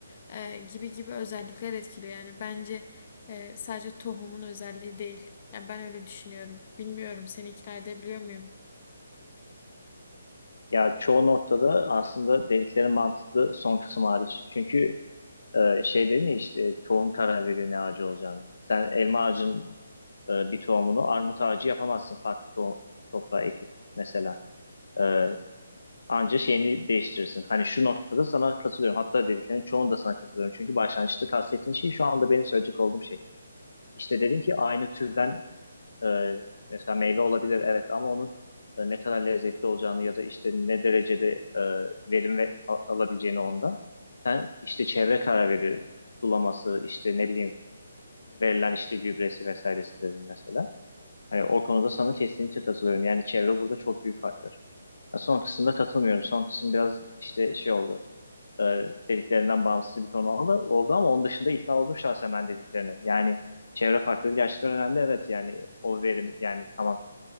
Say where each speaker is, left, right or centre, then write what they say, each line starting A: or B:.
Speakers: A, on the left; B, on the left.
A: e, gibi gibi özellikler etkiliyor. Yani bence e, sadece tohumun özelliği değil. Yani ben öyle düşünüyorum. Bilmiyorum seni ikna edebiliyor muyum?
B: Ya çoğu noktada aslında dedikleri mantıklı son kısım hariç. Çünkü e, şey dedin ya işte tohum karar veriyor ne ağacı olacağını. Sen elma ağacın e, bir tohumunu armut ağacı yapamazsın farklı to toprağa ekip mesela. E, Anca şeyini değiştirirsin. Hani şu noktada sana katılıyorum. Hatta dediklerinin çoğunda sana katılıyorum. Çünkü başlangıçta kastettiğin şey şu anda benim söyleyecek olduğum şey. İşte dedin ki aynı türden e, mesela meyve olabilir evet ama onun e, ne kadar lezzetli olacağını ya da işte ne derecede e, verim ve, a- alabileceğini ondan. Sen işte çevre karar veriyor. Sulaması işte ne bileyim verilen işte gübresi vesairesi dedin mesela. Hani o konuda sana kesinlikle katılıyorum. Yani çevre burada çok büyük faktör. Ha, son kısımda katılmıyorum. Son kısım biraz işte şey oldu. E, dediklerinden bağımsız bir konu oldu, oldu ama onun dışında ikna oldum şahsen ben dediklerine. Yani çevre faktörü gerçekten önemli. Evet yani o verim yani tamam